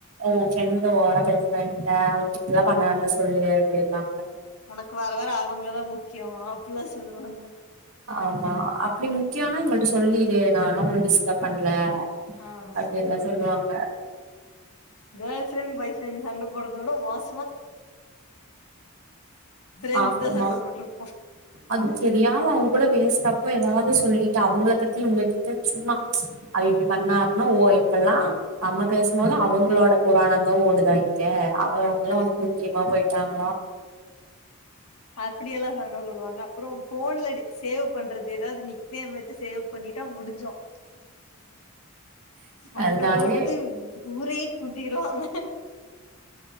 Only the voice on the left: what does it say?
உனக்கு வர வர அவுங்கதான் முக்கியம் அப்புல்லாம் சொல்லுவாங்க
ஆ
கேர்ள் ஃப்ரண்ட் பாய் ஃப்ரண்ட் சண்டை போடுறத விட மோச ஃப்ரெண்ட்ஸ்
தா சண்ட போட்ருப்போ
அப்டி எல்லா சொல் சண்டை போடுவாங்க அப்புறம் போன்லடி சேவ் பண்றது ஏதாது நிக் நேம் வச்சு சேவ் பண்ணிட்டா முடிஞ்சோம் சண்டை
போட்டு ஊரே கூட்டிடுவாங்க